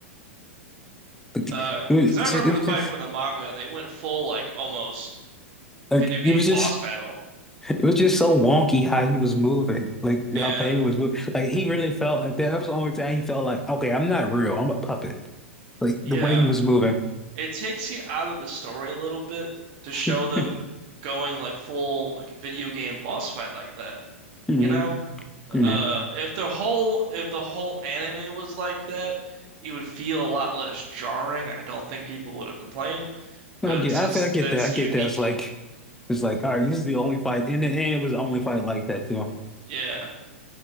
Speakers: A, in the centre; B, on the right (about 45°).
A: Like,
B: Uh,
A: it was
B: because
A: just,
B: I remember
A: it was
B: the fight
A: just
B: from the manga, and they went full like almost
A: like
B: video game
A: it was just
B: boss battle.
A: it was just so wonky how he was moving. Like
B: Yeah,
A: how Pain was moving. Like he really felt like that. That was the only time he felt like okay, I'm not real. I'm a puppet. like
B: yeah.
A: the way he was moving.
B: It takes you out of the story a little bit to show
A: <laughs>
B: them going like full like video game boss fight like that.
A: hmm
B: You know? Uh,
A: hmm
B: if the whole if the whole anime was like that, it would feel a lot less jarring. I don't think people would have complained.
A: I
B: But
A: get,
B: since
A: I, feel- I get
B: that's
A: that. I get
B: unique,
A: that. It's like, it's like, all right, this is the only fight, and, it- and it was the only fight like that too.
B: yeah.